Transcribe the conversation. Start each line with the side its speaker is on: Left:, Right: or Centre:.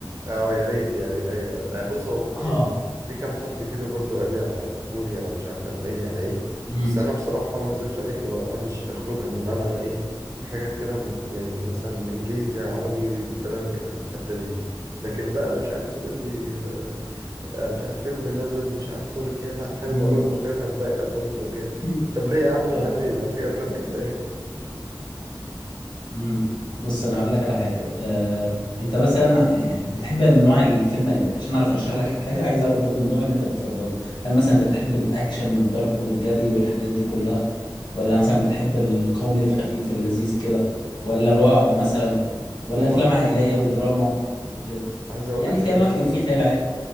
Right: اه يا ريت يعني ايوه لا بص هو ك- يعني
Left: اه
Right: في كام حد كده برضو قال لي على كوري على مش عارف الماني على ايه
Left: مهم.
Right: بس انا بصراحه ما اكذبش عليك ما بحبش اخرج عن اللي انا ايه في حاجات كده م- يعني مثلا انجليزي عربي تمام كده في الحته دي لكن بقى مش عارف تقول لي آه، آه، مش عارف فيلم نازل مش عارف تركيا لا حلو
Left: مهم.
Right: قوي مختلف عن باقي الافلام التركيه
Left: <laughs>
Right: طب ليه يا عم انا
Left: طب
Right: عندي ما في افلام
Left: طب
Right: كفايه
Left: بص مم. بص انا هقول
Right: بس
Left: لك على حاجه آه، انت مثلا يعني بتحب انواع الفيلم إيه؟ عشان اعرف ارشح لك حاجه عايز اعرف برضو النوع اللي انت بتفضله هل مثلا انت بتحب الاكشن والضرب والجري والحاجات دي كلها ولا مثلا بتحب الكوميدي الخفيف اللذيذ كده ولا رعب مثلا ولا
Right: والله
Left: افلام عائليه ودراما زي كده
Right: عايز اقول
Left: يعني
Right: لك
Left: في
Right: ان انا
Left: انواع كتير في خيال علمي